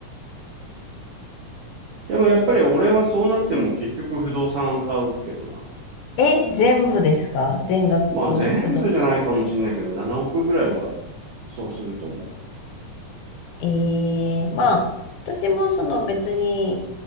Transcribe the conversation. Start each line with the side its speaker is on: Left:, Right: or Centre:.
Right: でもやっぱり俺はそうなっても結局不動産買うけどな。
Left: え、全部ですか全額不動産。
Right: まあ、全部じゃないかもしれないけど、7億ぐらいは、そうすると思
Left: ええまあ、私もその別に、